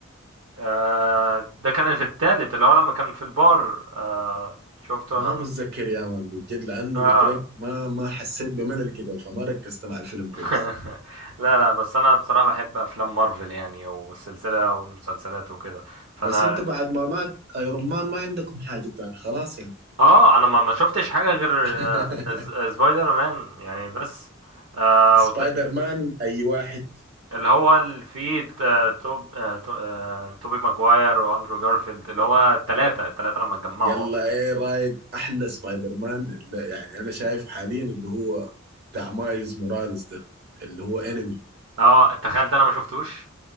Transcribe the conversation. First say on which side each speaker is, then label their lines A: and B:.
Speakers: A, on the right (about 70°); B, on the right (about 50°).
A: آه، ده كان في التالت اللي هو لما كان في البار آه، شفته
B: ما
A: لما
B: متذكر يا مان بالجد لانه
A: آه
B: قلت لك ما ما حسيت بملل كده فما ركزت مع الفيلم كويس
A: <laughs> لا لا بس انا بصراحه بحب افلام مارفل يعني والسلسله والمسلسلات وكده فانا
B: بس انت بعد ما مات ايرون مان ما عندكم حاجة تاني خلاص يعني
A: اه انا ما ما شفتش حاجه غير
B: <laughs>
A: آه، ز- سبايدر مان يعني بس آه
B: سبايدر
A: وت...
B: مان اي واحد
A: اللي هو اللي فيه آه، توب آه، تو... آه، توبي ماجواير واندرو جارفيلد اللي هو التلاتة التلاتة لما اتجمعوا
B: يلا ايه رايك احلى سبايدر مان اللي يعني انا شايفه حاليا اللي هو بتاع مايلز موراليس ده اللي هو انمي
A: اه تخيل ده انا ما شفتوش